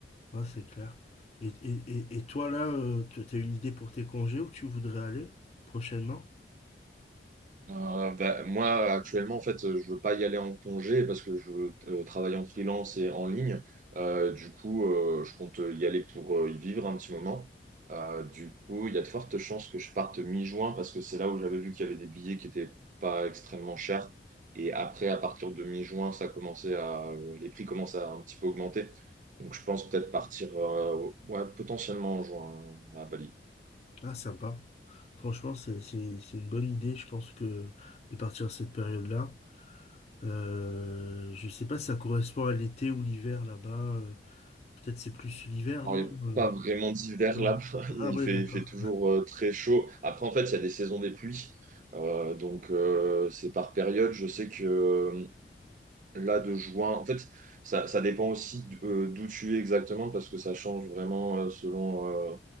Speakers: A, on the left; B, on the right.
A: Ouais, c'est clair. Et, et, et et toi là, tu as une idée pour tes congés où tu voudrais aller prochainement?
B: Euh, bah, moi, actuellement, en fait, euh, je veux pas y aller en congé parce que je veux euh, travaille en freelance et en ligne. Euh, du coup, euh, je compte y aller pour euh, y vivre un petit moment. Euh, du coup, il y a de fortes chances que je parte mi-juin parce que c'est là où j'avais vu qu'il y avait des billets qui étaient pas extrêmement chers. Et après, à partir de mi-juin, ça commençait à, euh, les prix commencent à un petit peu augmenter. Donc, je pense peut-être partir, euh, ouais, potentiellement en juin à Bali.
A: Ah, sympa. Franchement, c'est c'est- c'est une bonne idée, je pense que de partir à cette période-là. Euh, je sais pas si ça correspond à l'été ou l'hiver là-bas. euh, peut-être c'est plus l'hiver,
B: Alors,
A: non?
B: il n'est
A: Euh,
B: pas vraiment d'hiver
A: non.
B: là-bas.
A: Ah
B: <laughs> Il
A: ouais,
B: fait,
A: d'accord.
B: il fait toujours euh, très chaud. Après, en fait, il y a des saisons des pluies. Euh, donc, euh, c'est par période. Je sais que euh, là de juin. En fait, ça, ça dépend aussi d- euh, d'où tu es exactement parce que ça change vraiment euh, selon, euh,